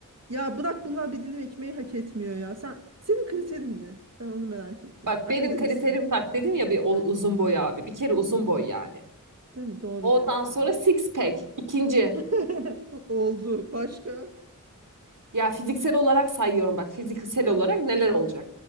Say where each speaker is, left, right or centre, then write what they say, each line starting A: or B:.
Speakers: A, on the right; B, on the right.
A: Ya bırak bunlar bir dilim ekmeği hak etmiyor ya. Sen senin kriterin ne? Ben onu merak ettim.
B: Bak
A: Şu akademisyen.
B: benim kriterim bak dedim ya bir o-
A: Ha,
B: uzun boy abi. Bir kere uzun boy yani.
A: değil mi? Doğru
B: Ondan
A: diyorsun
B: sonra
A: ya.
B: six pack. İkinci.
A: <laughs> Oldu. Başka?
B: Ya fiziksel olarak sayıyorum bak fiziksel
A: Hı.
B: olarak neler olacak?